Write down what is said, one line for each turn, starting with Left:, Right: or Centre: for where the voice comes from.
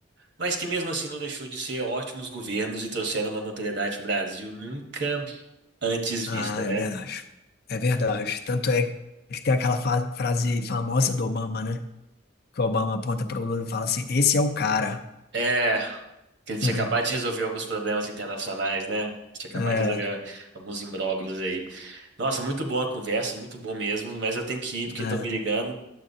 Right: Mas que mesmo assim não deixou de ser ótimos governos e trouxeram uma notoriedade para o Brasil nunca antes
Left: Ah,
Right: vista,
Left: é
Right: né?
Left: verdade. É verdade. Tanto é que tem aquela fa- frase famosa do Obama, né? Que o Obama aponta pro Lula e fala assim: esse é o cara.
Right: É, que ele tinha
Left: Uhum.
Right: acabado de resolver alguns problemas internacionais, né? Tinha acabado
Left: É,
Right: de resolver alguns imbróglios aí. Nossa, muito boa a conversa, muito bom mesmo, mas eu tenho que ir porque
Left: é.
Right: estão me ligando